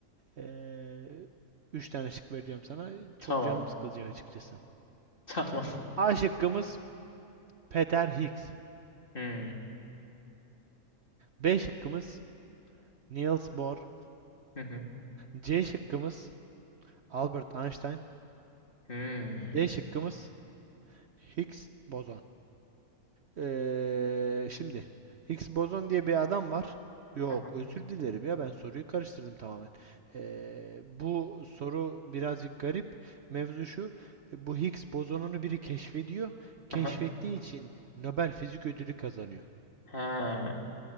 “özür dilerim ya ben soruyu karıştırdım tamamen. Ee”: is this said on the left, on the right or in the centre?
Right